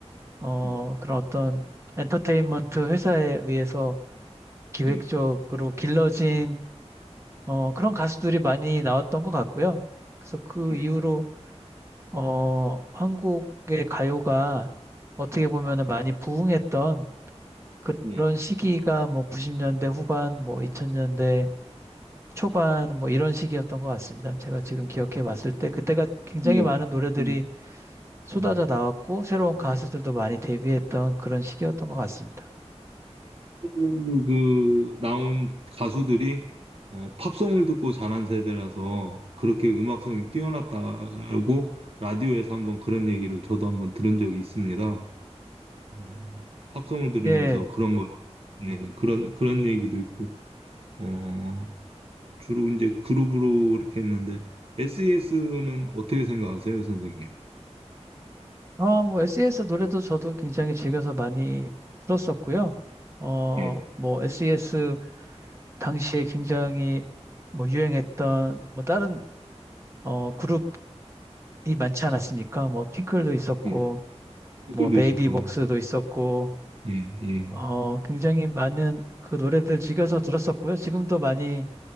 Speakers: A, on the right; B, on the right.
A: 어,
B: 예,
A: 그런 어떤 엔터테인먼트 회사에 의해서 기획적으로
B: 예,
A: 길러진 어, 그런 가수들이 많이 나왔던 것 같고요. 그래서 그
B: 예,
A: 이후로 어, 한국의 가요가 어떻게 보면 많이 부흥했던 그런
B: 예,
A: 시기가 뭐 90년대 후반, 뭐 2000년대 초반 뭐 이런 시기였던 것 같습니다. 제가 지금 기억해 봤을 때 그때가 굉장히
B: 예, 예.
A: 많은 노래들이
B: 음,
A: 쏟아져
B: 음.
A: 나왔고 새로운 가수들도 많이 데뷔했던 그런 시기였던 것 같습니다.
B: 그 나온 가수들이 어, 팝송을 듣고 자란 세대라서 그렇게 음악성이 뛰어났다고 라디오에서 한번 그런 얘기를 저도 한번 들은 적이 있습니다. 어, 팝송을 들으면서
A: 예.
B: 그런 걸 예, 그런 그런 얘기도 있고 어, 주로 이제 그룹으로 이렇게 했는데 SES는 어떻게 생각하세요, 선생님?
A: 어, 뭐 SES 노래도 저도 굉장히 즐겨서 많이 들었었고요. 어,
B: 예,
A: 뭐 SES 당시에 굉장히 뭐 유행했던 뭐 다른 어 그룹이 많지 않았습니까? 뭐 핑클도 있었고
B: 예. 댓글도
A: 뭐 베이비복스도
B: 있었군요.
A: 있었고
B: 예, 예.
A: 어 굉장히 많은 그 노래들 즐겨서 들었었고요. 지금도 많이